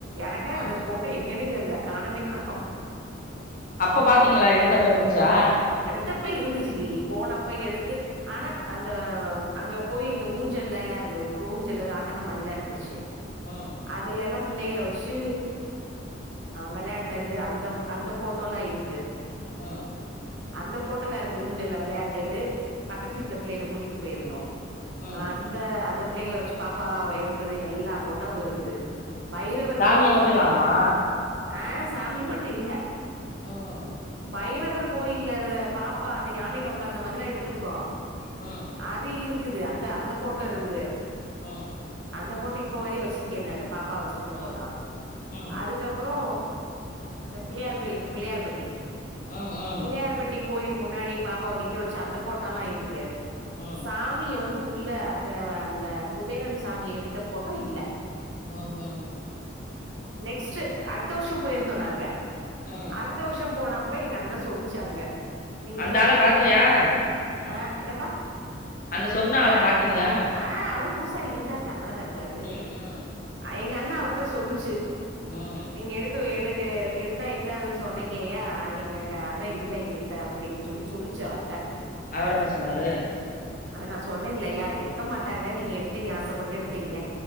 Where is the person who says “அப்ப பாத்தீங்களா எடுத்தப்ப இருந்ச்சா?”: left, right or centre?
Left